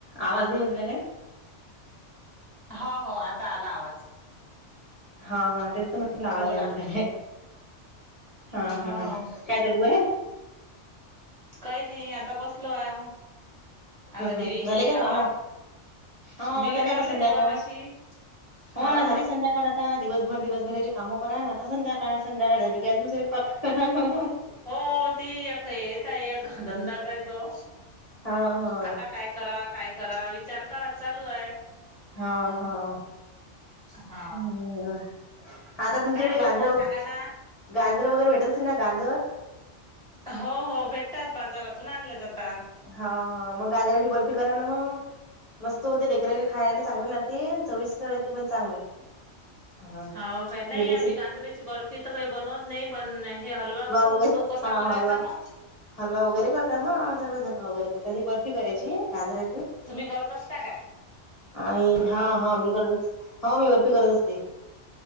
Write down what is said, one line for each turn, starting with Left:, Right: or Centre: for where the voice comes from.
Left: आवाज नाही येऊन राहिला काय?
Right: हो हो आता आला आवाज.
Left: हा हा तेच तर म्हटलं आवाज
Right: बोला
Left: नाही येऊन राहिला काय हम्म
Right: हो
Left: हम्म काय चल होय.
Right: काही नाही आता बसलो आहे. आता
Left: हम्म
Right: दिवे
Left: हम्म झाले
Right: गिवे
Left: का
Right: लावा.
Left: काम? हो
Right: दिवे
Left: झाले
Right: लावले
Left: आता संध्याकाळ.
Right: देवापाशी.
Left: हो
Right: हा
Left: ना झाली संध्या काळ आता दिवसभर दिवसभराचे कामं करा ना आता संध्याकाळ संध्याकाळ झाली की, अजून स्वंयपाक.
Right: हो, ती एक हेच आहे एक धंदाच आहे तो,
Left: हां हां
Right: आता काय करा, काय करा, विचार करा चालू आहे.
Left: हां हां
Right: हा
Left: हं, आता तुमच्या
Right: काय
Left: इकडं गाजर-
Right: बनवा सांगा ना
Left: गांजर वगैरे भेटत असे ना गांजर?
Right: हो हो भेटतात, बाजारातून आणल्या जातात.
Left: हां हां, मग गाजराची बर्फी करा ना मग. मस्त होते, लेकरेले खायला चांगले लागते, चविष्ट ते पण चांगले. हा
Right: हो का, नाही
Left: रेसिपी
Right: आम्ही गांजरांची बर्फी तर काही बनवत नाही. पण, हे हलवा करत
Left: वगैरे
Right: असतो, कसा
Left: हा
Right: करायचा
Left: हलवा
Right: मग?
Left: हलवा वगैरे करतात, हा सगळेच हलवा वगैरे करतात. ही बर्फी करायची गाजराची,
Right: तुम्ही करत असता का?
Left: आणि हा हा मी करत, हो मी बर्फी करत असते.